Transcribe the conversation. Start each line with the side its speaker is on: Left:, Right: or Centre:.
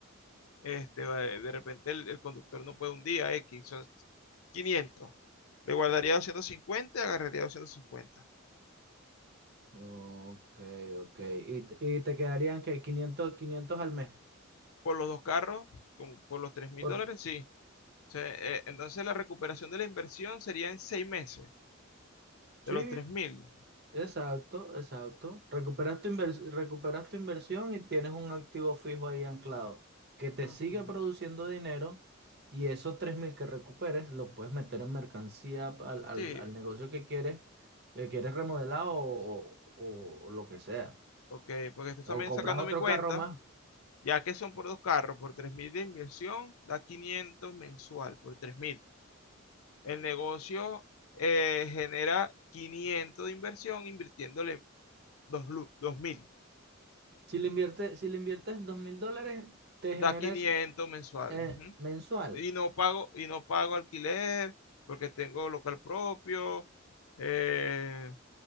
Left: Este, eh, de repente el, el conductor no puede un día, X, son 500. Le guardaría 250, agarraría 250.
Right: ok, ok. Y, te- y te quedarían que quinientos quinientos al mes.
Left: Por los dos carros, como por los tres mil
Right: Por,
Left: dólares, sí. O sea, eh, entonces la recuperación de la inversión sería en 6 meses,
Right: sí,
Left: de los tres mil.
Right: Exacto, exacto. Recuperas tu invers- recuperas tu inversión y tienes un activo fijo ahí anclado que te
Left: Ok.
Right: sigue produciendo dinero y esos 3.000 que recuperes lo puedes meter en mercancía al, al-
Left: Sí,
Right: al negocio que quieres, que quieres remodelar o, o- o lo que sea.
Left: ok, porque estoy también
Right: O compras
Left: sacando
Right: otro
Left: mi cuenta.
Right: carro más.
Left: ya que son por dos carros, por 3.000 de inversión, da 500 mensual, por tres mil El negocio eh, genera 500 de inversión invirtiéndole dos lu- 2.000,
Right: Si le inviertes, si le inviertes 2.000 dólares, te
Left: da
Right: generas
Left: 500 mensual.
Right: eh,
Left: ujú.
Right: mensual.
Left: Y no pago, y no pago alquiler porque tengo local propio. eh,